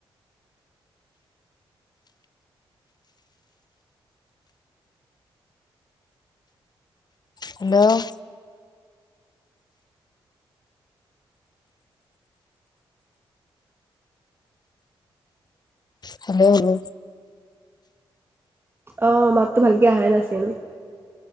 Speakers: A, on the left; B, on the right.
A: হেল্ল'? Hello, hello?
B: অ মাততো ভালকে আহা নাছিল